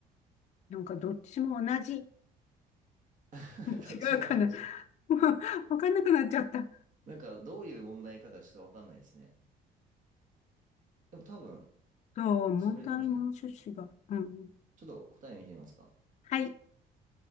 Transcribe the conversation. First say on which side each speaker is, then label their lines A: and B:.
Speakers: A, on the left; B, on the right.
A: なんかどっちも同じ。<laughs>
B: <laughs>
A: 違うかな。
B: どっちも同じ。
A: <laughs> もうわかんなくなっちゃった。
B: なんか、どういう問題かがちょっとわかんないですね。でも多分、
A: そう、
B: それなんじゃないかな。
A: 問題の趣旨が。うん。
B: ちょっと答え見てみますか。
A: はい。